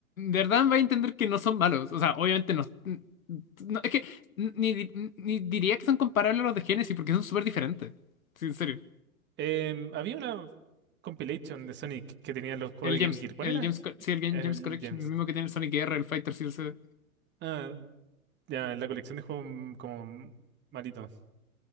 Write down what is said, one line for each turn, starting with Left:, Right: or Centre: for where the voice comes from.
Left: verdad va a entender que no son malos. O sea, obviamente no. no- es que ni, di- ni diría que son comparables a los de Genesis porque son súper diferentes. Sí, en serio.
Right: Em, había una compilation de Sonic que tenía los juegos
Left: El
Right: de
Left: James.
Right: Game Gear. ¿Cuál
Left: El
Right: era?
Left: James, Co- sí, el Game-
Right: El
Left: James Collection.
Right: Gems.
Left: El mismo que tiene el Sonic R, el Fighter CLC.
Right: Ah, ya, la colección de juegos mm, como malitos.